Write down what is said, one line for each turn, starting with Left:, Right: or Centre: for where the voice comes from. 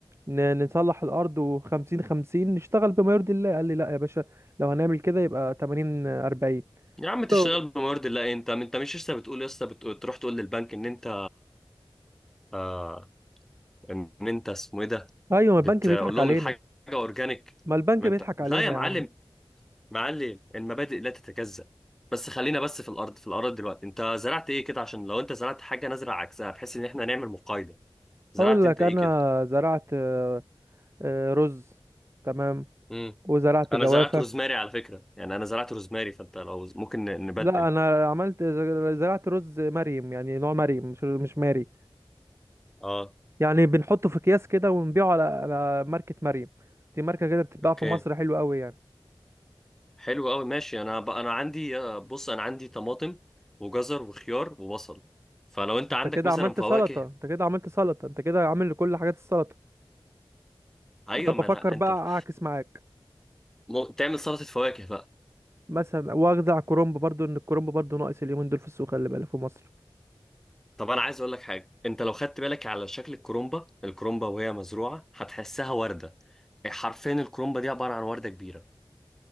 Right: ن- نصلح الارض وخمسين خمسين نشتغل بما يرضي الله قال لي لا يا باشا لو هنعمل كده يبقى تمانين اربعين
Centre: يا عم تشتغل
Right: ايوه
Centre: بموارد الله انت انت مش لسه بتقول لسه بتقول... تروح تقول للبنك ان انت آه... ان انت اسمه ايه ده
Right: أيوة، ما
Centre: بتقول
Right: البنك بيضحك
Centre: لهم
Right: علينا
Centre: الحاجه اورجانيك
Right: ما البنك
Centre: ما
Right: بيضحك
Centre: انت لا
Right: علينا
Centre: يا معلم
Right: يا عم
Centre: معلم المبادئ لا تتجزأ بس خلينا بس في الارض في الارض دلوقتي انت زرعت ايه كده عشان لو انت زرعت حاجه نزرع عكسها بحيث ان احنا نعمل مقايضه زرعت
Right: اقول لك
Centre: انت ايه
Right: انا
Centre: كده
Right: زرعت آه، آه، رز تمام
Centre: امم
Right: وزرعت
Centre: انا
Right: جوافه
Centre: زرعت روزماري على فكره يعني انا زرعت روزماري فانت لو ممكن ن- نبدل
Right: لا انا عملت زرعت رز مريم يعني نوع مريم مش مش ماري
Centre: اه
Right: يعني بنحطه في اكياس كده ونبيعه على على ماركة مريم دي ماركة كده بتتباع
Centre: اوكي
Right: في مصر حلوة قوي يعني
Centre: حلو قوي ماشي انا ب... انا عندي آه، بص انا عندي طماطم وجزر وخيار وبصل فلو انت
Right: انت
Centre: عندك
Right: كده
Centre: مثلا
Right: عملت
Centre: فواكه
Right: سلطة انت كده عملت سلطة انت كده عامل كل حاجات السلطة
Centre: ايوه
Right: انا بفكر
Centre: ما انا
Right: بقى
Centre: انت ف-
Right: اعكس معاك
Centre: م... تعمل سلطه فواكه
Right: مثلا واخدع كرنب برضو ان الكرنب برضو ناقص اليومين دول في السوق خلي بالك في مصر
Centre: طب انا عايز اقول لك حاجه انت لو خدت بالك على شكل الكرومبا الكرومبا وهي مزروعه هتحسها ورده حرفيا الكرومبا دي عباره عن ورده كبيره